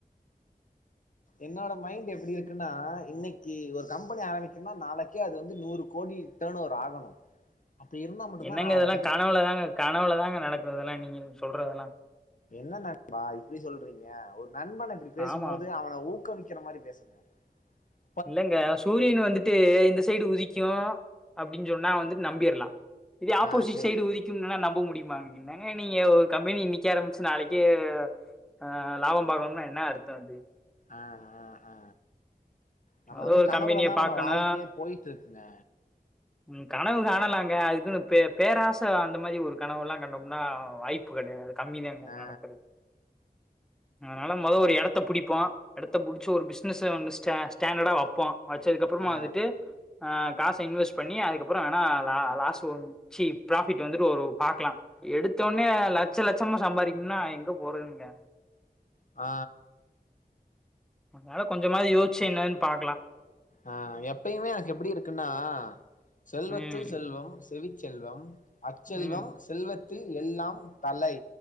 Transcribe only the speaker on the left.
என்னோட மைண்ட் எப்படி இருக்குன்னா இன்னைக்கி ஒரு கம்பெனி ஆரம்பிக்குனா நாளைக்கே அது வந்து நூறு கோடி தணூர் ஆகணு அப்டி இருந்தா மட்டும்தா
நா
அத பத்தி
என்ன நண்பா இப்படி சொல்றீங்க ஒரு நண்பன இப்படி பேசும்போது
அவன ஊக்கவிக்கிற மாரி பேசுங் அ
ஆ சேரி
அ அ அ நம்ம
வந்து
கனவுலதா
நம்ம
வாழ்க்கையே போயிட்டு இருக்குங்க
ஆ
ஆ
ஆ
அ எப்பயுமே எனக்கு எப்படி இருக்குன்னா செல்வத்துள்
செல்வம் செவிச்செல்வம் அச்செல்வம்
செல்வத்தில் எல்லாம் தலை